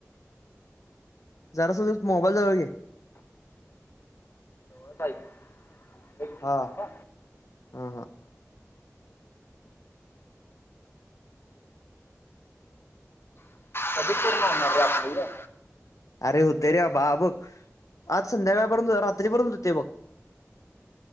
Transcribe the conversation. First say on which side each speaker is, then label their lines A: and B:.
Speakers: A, on the left; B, on the left.
A: जरास मोबाईल जवळ घे.
B: <inaudible> मिनिट
A: हा.
B: थांबा
A: आ हा.
B: कधी पुर्ण होणारे आपलं हे.
A: अरे होतय रे अबा हे बग, आज संध्याकाळापर्यंत रात्रीपर्यंत होतंय बघ.